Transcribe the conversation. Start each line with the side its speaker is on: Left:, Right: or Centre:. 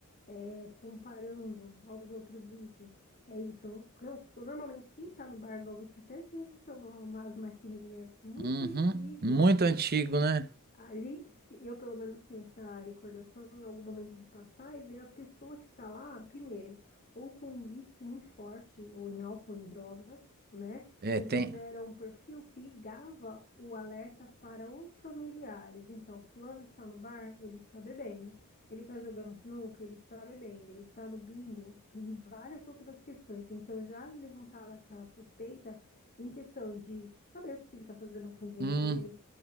Left: é, comparando aos outros vícios. É isso. Eu- eu- Normalmente, quem tá no bar, igual você até mencionou, umas maquininhas, muito
Right: Uhum.
Left: antigo
Right: Muito
Left: isso.
Right: antigo, né?
Left: A gente, se- eu pelo menos tenho essa recordação em algum momento de passar e ver a pessoa que está lá, primeiro, ou com um vício muito forte, ou em álcool, em drogas, né?
Right: É,
Left: Então
Right: tem.
Left: já era um perfil que ligava o alerta para os familiares. Então, fulano está no bar, ele está bebendo. Ele está jogando sinuca, ele está bebendo, ele está no bingo e várias outras questões. Então já levantava aquela suspeita em questão de saber o que que ele está fazendo com o dinheiro
Right: Hum,
Left: dele